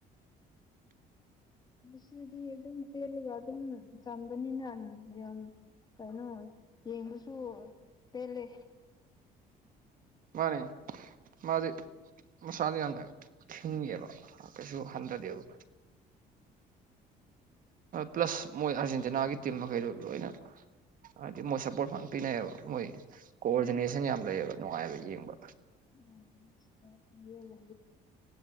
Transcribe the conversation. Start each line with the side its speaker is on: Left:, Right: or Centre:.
Left: ꯁꯤꯗꯤ ꯑꯗꯨꯝ ꯆꯦꯜꯂꯒ ꯑꯗꯨꯝ ꯆꯝꯕꯅꯤꯅ ꯌꯥꯝ ꯀꯩꯅꯣ ꯌꯦꯡꯕꯁꯨ ꯄꯦꯜꯂꯦ
Right: ꯃꯥꯅꯦ ꯃꯥꯗꯤ ꯃꯁꯥ ꯌꯥꯝꯗ ꯊꯈꯤꯕ ꯀꯩꯁꯨ ꯍꯟꯗꯗꯦꯕ
Left: ꯑꯣ
Right: ꯄ꯭ꯂꯁ ꯃꯣꯏ ꯑꯥꯔꯖꯦꯟꯇꯤꯅꯥꯒꯤ ꯇꯤꯝ ꯃꯈꯩꯗꯨ ꯂꯣꯏꯅ ꯍꯥꯏꯗꯤ ꯃꯣꯏ ꯁꯞꯄꯣꯔꯠ ꯐ ꯄꯤꯅꯩꯑꯕ ꯃꯣꯏ ꯀꯣꯑꯣꯔꯗꯤꯅꯦꯁꯟ ꯌꯥꯝ ꯂꯩꯌꯦꯕ ꯅꯨꯡꯉꯥꯏꯕ ꯌꯦꯡꯕ
Left: ꯎꯝ ꯌꯦ ꯂ